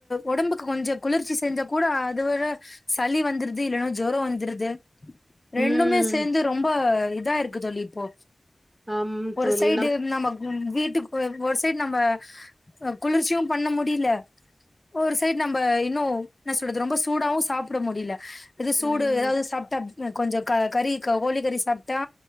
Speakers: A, on the left; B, on the right.
A: உடம்புக்கு கொஞ்சம் குளிர்ச்சி செஞ்சா கூட அதுவட சளி வந்து ருது இல்லன்னா ஜொரம் வந்துருது ரெண்டுமே
B: ம்.
A: சேர்ந்து ரொம்ப இதா இருக்கு தோழி போ
B: ஆமா
A: ஒரு
B: தோழி.
A: சைடு நம்ம வீட்டுக்கு ஒரு சைடு நம்ம குளிர்ச்சியும் பண்ண முடியல ஒரு சைட் நம்ம இன்னு என்ன சொல்றது ரொம்ப சூடாவு சாப்பிட முடியல இது சூடு
B: ம்.
A: எதாவது சாப்பிட்டா கொஞ்ச க கறி கோழிக்கறி சாப்ட்டா